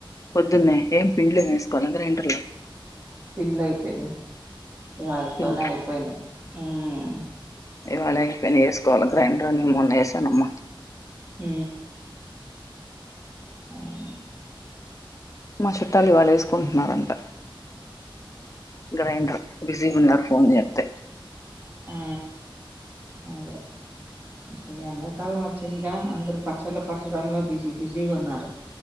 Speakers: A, on the left; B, on the right.
A: పొద్దున్నే ఏం పిండ్లేం వేసుకోవాలా గ్రైండర్లో
B: పిల్లయిపోయిను ఇవాళ్ళతోనే
A: పిండ్లు
B: అయిపోయినాయి ఉ
A: ఇవాళ అయిపోయినా వేసుకోవాలి గ్రైండర్ని మొన్న వేసానమ్మా
B: హ అను
A: మా చుట్టాలు ఇవాళు వేసుకుంటున్నారంట గ్రైండర్ బిజీగా ఉన్నారు పూన్్యత్
B: ఉ అదే కే ఎండాకాలం వచ్చిందిగా అందరుూ పచ్చళ్ళు పట్టడంంలో బిజీ బిజీగా ఉన్నారు